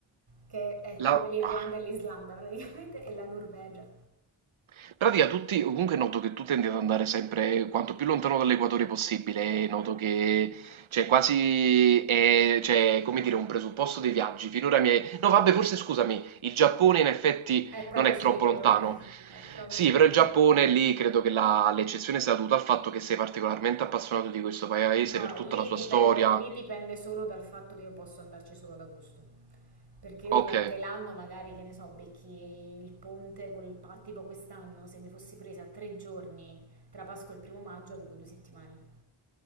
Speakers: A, on the right; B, on the right.
A: che è
B: La...
A: come l'Irlanda
B: ah.
A: e l'Islanda praticamente, e la Norvegia.
B: In Pratica tutti, comunque noto che tu tendi ad andare sempre quanto più lontano dall'equatore possibile, noto che c'è quasi, è, cioè, come dire, un presupposto dei viaggi. Finora mi hai... No, vabbè, forse scusami, il Giappone in effetti
A: È proprio
B: non è
A: sull'equatore,
B: troppo lontano.
A: <laughs> è proprio
B: Sì,
A: sull'equatore.
B: però il Giappone lì credo che la- l'eccezione sia dovuta al fatto che sei particolarmente appassionato di questo paese
A: No,
B: per tutta
A: lì
B: la sua
A: dipende,
B: storia.
A: lì dipende solo dal fatto che io posso andarci solo ad agosto. Perché io
B: Ok.
A: durante l'anno, magari, che ne so, becchi il ponte col pa- tipo quest'anno, se mi fossi presa tre giorni tra Pasqua e il primo maggio, avevo due settimane.